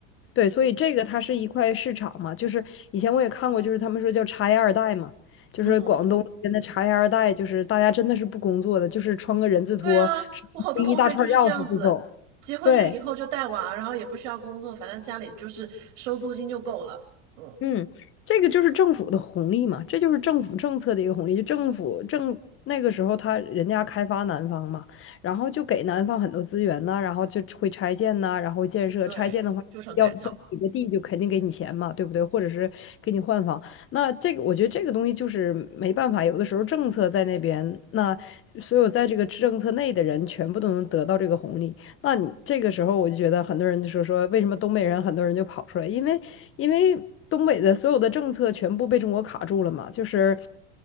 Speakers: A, on the left (about 35°); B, on the right (about 70°).
A: 对，所以这个它是一块市场嘛，就是以前我也看过，就是他们说叫茶叶二代嘛，就是广东那边的茶叶二代，
B: 嗯嗯。
A: 就是大家真的是不工作的，就是穿个人字拖，
B: 对啊，
A: 是一大串钥匙就走。
B: 我好多同学就是这样子，结婚了以后就带娃，
A: 对，
B: 然后也不需要工作，反正家里就是收租金就够了。嗯，
A: 嗯，这个就是政府的红利嘛，这就是政府政策的一个红利。就政府政那个时候他，人家开发南方嘛，然后就给南方很多资源呐、然后就会拆建呐、然后建设。
B: 对，
A: 拆建的话，
B: 就成改造。
A: 要征你的地就肯定给你钱嘛，对不对？或者是给你换房。那这个我觉得这个东西就是没办法，有的时候政策在那边，那所有在这个政策内的人全部都能得到这个红利。那你这个时候我就觉得很多人就说说为什么东北人很多人就跑出来，因为因为东北的所有的政策全部被中国卡住了嘛，就是